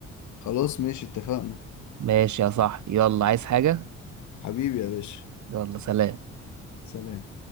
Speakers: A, on the left; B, on the right.
A: خلاص ماشي اتفقنا
B: ماشي يا صاحبي يلا عايز حاجه
A: حبيبي يا باشا
B: يلا سلام
A: سلام